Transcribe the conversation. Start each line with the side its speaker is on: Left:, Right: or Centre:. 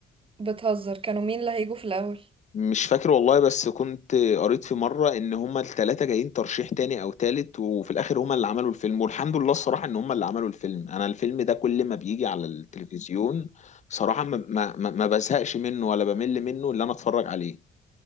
Right: بتهزر كانوا مين اللي هيجوا في الأول
Left: مش فاكر والله بس كنت قريت في مرة ان هما التلاتة جايين ترشيح تاني او تالت وفي الاخر هما اللي عملوا الفيلم والحمد لله الصراحة ان هما اللي عملوا الفيلم انا الفيلم ده كل ما بيجي على التلفزيون صراحة ما, ما, ما ما بزهقش منه ولا بمل منه اللي انا اتفرج عليه